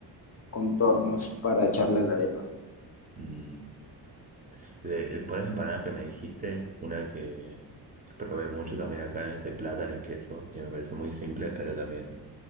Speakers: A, on the left; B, on the right.
A: contornos para echarle a la arepa.
B: Mm. De, por las empanadas que me dijiste, una que probé mucho también acá es de plátano y queso, y me parece muy simple, pero también